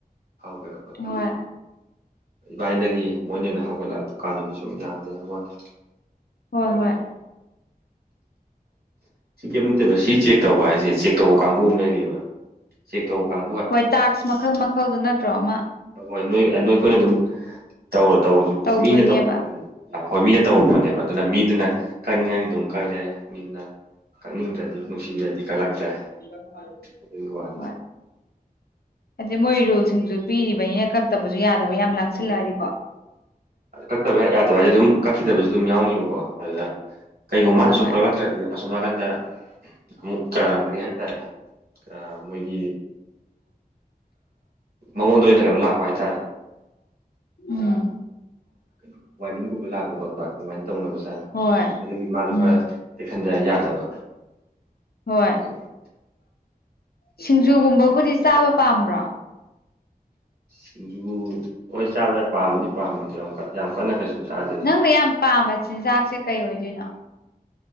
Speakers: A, on the right; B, on the left.
A: ꯍꯧꯒꯦꯔ
B: ꯍꯣꯏ
A: ꯏꯕꯥꯏꯗꯒꯤ ꯃꯣꯏꯅꯅ ꯍꯧꯒꯠꯂꯛꯄ ꯀꯥꯟꯗꯨꯗꯁꯨ ꯁꯨꯝ ꯌꯥꯗꯦ ꯍꯥꯏꯕꯣꯟꯅꯦ
B: ꯍꯣꯏ ꯍꯣꯏ
A: ꯁꯤ ꯀꯔꯤꯝ ꯅꯠꯇꯦꯕ ꯁꯤ ꯆꯦꯛ ꯇꯧꯕ ꯍꯥꯏꯁꯦ ꯆꯦꯛ ꯇꯧꯕ ꯀꯥꯡꯕꯨ ꯑꯃ ꯂꯩꯔꯤꯕ ꯆꯦꯛ ꯇꯧꯕ ꯀꯥꯡ
B: ꯍꯣꯏ ꯇꯥꯛꯁ ꯃꯈꯜ ꯃꯈꯜꯗ ꯅꯠꯇ꯭ꯔꯣ ꯑꯃ
A: ꯍ ꯍꯣꯏ ꯅꯣꯏ ꯅꯣꯏꯈꯣꯏꯅ ꯑꯗꯨꯝ ꯇꯧꯔ ꯇꯧꯔꯁꯨ
B: ꯇꯧꯗꯣꯏꯅꯦꯕ
A: ꯃꯤꯅ ꯇꯧꯔ ꯄꯣꯠꯅꯦꯕ ꯑ ꯍꯣꯏ ꯃꯤꯅ ꯇꯧꯕ ꯄꯣꯠꯅꯦꯕ ꯑꯗꯨꯅ ꯃꯤꯗꯨꯅ ꯀꯛꯅꯤꯡꯉꯗꯤ ꯑꯗꯨꯝ ꯀꯛꯂꯛꯑꯦ ꯃꯤꯗꯨꯅ ꯀꯛꯅꯤꯡꯗ꯭ꯔꯗꯤ ꯅꯨꯡꯁꯤꯕꯤꯔꯗꯤ ꯀꯛꯂꯛꯇ꯭ꯔꯦ
B: <unintelligible>
A: ꯑꯗꯨꯒꯤ
B: ꯍꯣꯏ
A: <unintelligible>
B: ꯑꯗꯤ ꯃꯣꯏ ꯔꯨꯜꯁꯤꯡꯁꯨ ꯄꯤꯔꯤꯕꯅꯤꯅ ꯀꯛꯇꯕꯁꯨ ꯌꯥꯗꯕ ꯌꯥꯝ ꯂꯥꯡꯁꯤꯜꯂꯛꯑꯗꯤꯀꯣ
A: ꯀꯛꯇꯕ ꯌꯥꯗꯕ ꯍꯥꯏꯁꯦ ꯑꯗꯨꯝ ꯀꯛꯈꯤꯗꯕꯁꯨ ꯑꯗꯨꯝ ꯌꯥꯎꯅꯤꯕꯀꯣ ꯑꯗꯨꯗ ꯀꯩꯒꯨꯝꯕ ꯃꯥꯅ ꯁꯨꯝ
B: ꯍꯣꯏ
A: ꯀꯛꯂꯛꯇ꯭ꯔꯗꯤ ꯑꯁꯨꯝ ꯅꯥꯀꯟꯗ ꯑꯃꯨꯛ ꯇ <unintelligible> ꯗꯒꯤ ꯍꯥꯏꯇꯥꯔꯦ ꯑ ꯃꯣꯏꯒꯤ ꯃꯉꯣꯟꯗ ꯑꯣꯏꯅ ꯀꯩꯅꯣ ꯂꯥꯛꯄ ꯍꯥꯏꯇꯥꯔꯦ
B: ꯎꯝ
A: ꯀꯩꯅꯣ ꯋꯥꯔꯅꯤꯡꯒꯨꯝꯕ ꯂꯥꯛꯄ ꯈꯣꯠꯄ ꯑꯗꯨꯃꯥꯏꯅ ꯇꯧꯅꯕ ꯖꯥꯠꯅꯤ
B: ꯍꯣꯏ
A: ꯑꯗꯨꯒꯤ ꯃꯥꯁꯨ
B: ꯎꯝ
A: ꯈꯔ ꯆꯦꯛꯁꯟꯗ ꯌꯥꯗꯕ
B: ꯍꯣꯏ
A: ꯑꯗꯨꯒꯤ
B: ꯁꯤꯡꯖꯨꯒꯨꯝꯕꯕꯨꯗꯤ ꯆꯥꯕ ꯄꯥꯝꯕ꯭ꯔꯣ
A: ꯁꯤꯡꯖꯨ ꯍꯣꯏ ꯆꯥꯕ ꯄꯥꯝꯕꯗꯤ ꯄꯥꯝꯃꯦ ꯌꯥꯝ ꯌꯥꯝ ꯀꯟꯅ ꯀꯩꯁꯨ ꯆꯥꯗꯦꯗ
B: ꯅꯪꯅ ꯌꯥꯝ ꯄꯥꯝꯕ ꯆꯤꯟꯖꯥꯛꯁꯦ ꯀꯩ ꯑꯣꯏꯗꯣꯏꯅꯣ